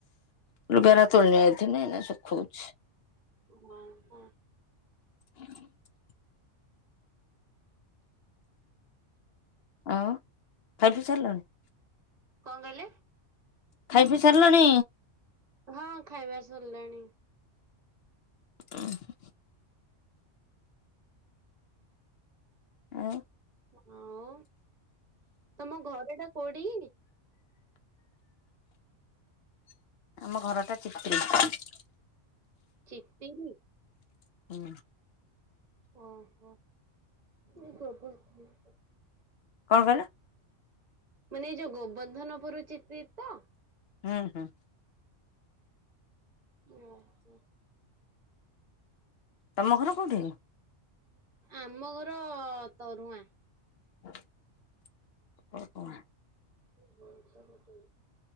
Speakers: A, on the left; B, on the right.
A: ଲୁଗା ଏରା ତୋଳି ନେଇ ଯାଇଥିଲି ଏବେ ଶୁଖଉଛି।
B: <inaudible>
A: <inaudible> ଆଉ ଖାଇପିଇ ସାରିଲଣି?
B: କଣ କହିଲେ?
A: ଖାଇ ପିଇ ସାରିଲାଣି?
B: ହଁ ଖାଇବାର ସରିଲାଣି।
A: <inaudible> <unintelligible>
B: ହଉ ତମ ଘର ଟା କୋଉଠି?
A: ଆମ ଘର ଟା ଚି <unintelligible>
B: <unintelligible>
A: <unintelligible>
B: ଓହୋ <inaudible>
A: କଣ କହିଲ?
B: ମାନେ ଏଇ ଯୋଉ ଗୋବର୍ଦ୍ଧନପୁର ଚିତ୍ରି ତ?
A: ହୁଁ ହୁଁ।
B: ଓହୋ।
A: ତମ ଘର କୋଉଠି?
B: ଆମ ଘର ତରୁଆଁ।
A: <inaudible>
B: <inaudible>